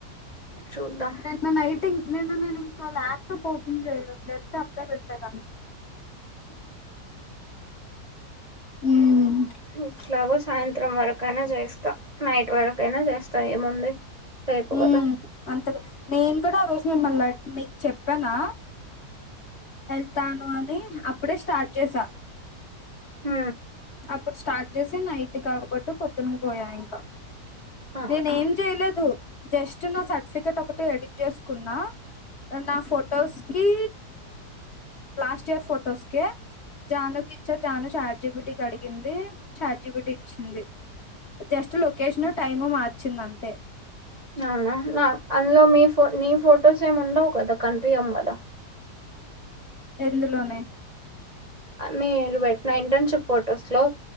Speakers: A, on the right; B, on the left.
A: చూద్దాం
B: నిన్న నైటింగ్ నిన్న నేను ఇంకా ఆ ల్యాప్టాప్ ఓపెన్ చేయలేదు లేకపోతే అప్పుడే పెట్టెదాన్ని హ్మ్
A: ఇట్లాగో సాయంత్రం వరకైయినా చేస్తా నైట్ వరకయినా చేస్తా ఏముంది రేపు పోతా
B: ఉమ్ అంతగా నేను కూడా ఆ రోజు మిమ్మల్ని <unintelligible> మీక్ చెప్పానా వెళ్తాన్ అని అప్పుడే స్టార్ట్ చేసా
A: ఉహ
B: అప్పుడు స్టార్ట్ చేసి నైట్ కాకాపోట్టు పొద్దున పోయాయి
A: అవునా
B: నేను ఏం చేయలేదు జస్ట్ నా సర్టిఫికెట్ ఒకటి ఎడిట్ చేసుకున్నా నా ఫొటోస్ కి లాస్ట్ ఇయర్ ఫోటోస్ కే జాను కిచ్చ జాను ఆడ్ జేప్ బటిక అడిగింది ఛార్జి పి టి ఇచ్చింది జస్ట్ లొకేషన్ టైము మార్చింద అంతే
A: అవునా నా అందులో మీ ఫో మీ ఫొటోస్ ఏమి ఉండవు కదా కంపియం కదా
B: ఎందులోనే
A: మీరు పెట్టిన ఇంటర్న్షిప్ ఫోటోస్ లో